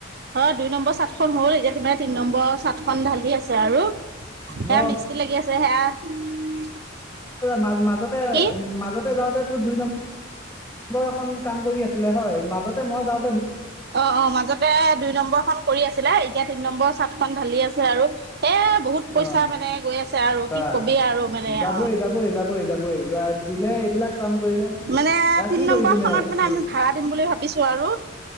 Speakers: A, on the right (about 55°); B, on the left (about 15°).
A: অ দুই নম্বৰ চাটখন হ'ল, এতিয়া তোমাৰ তিনি নম্বৰ চাটখন ঢালি আছে আৰু। হেয়া
B: মই
A: মিস্ত্ৰী লাগি আছে, সেয়া
B: ম মাজতে
A: কি
B: মাজতে যাওঁতে তো দুই নম্বৰ বৰ এখন কাম কৰি আছিলে হয়, মাজতে মই যাওঁ
A: অ অ মাজতে দুই নম্বৰখন কৰি আছিলা এতিয়া তিন নম্বৰ চাট খন ঢালি আছে আৰু, এই বহুত পইচা
B: অ
A: মানে গৈ আছে ছে আৰু
B: বা
A: কি কবি আৰু মানে
B: যাবই
A: আও।
B: যাবই যাবই যাবই যোৱা আগদিনাই এইবিলাক কাম কৰিলে
A: মানে
B: এয়া
A: তিনি
B: কি
A: নম্বৰ
B: কৰিবি
A: খনত মানে
B: উ-
A: আমি ভাড়া দিম বুলি ভাবিছো আৰু।